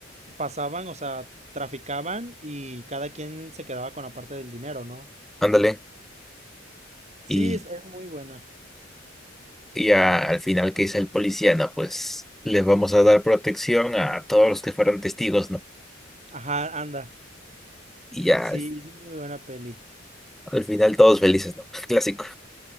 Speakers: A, on the right (about 35°); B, in the centre.
A: pasaban, o sea, traficaban y cada quien se quedaba con la parte del dinero, ¿no?
B: Ándale.
A: Sí,
B: Y
A: es, es muy buena.
B: Y a- al final, ¿qué dice el policía? No, pues les vamos a dar protección a todos los que fueron testigos, ¿no?
A: Ajá, anda.
B: Y ya
A: Sí,
B: al,
A: es muy buena peli.
B: al final todos felices, ¿no? <laughs> Clásico.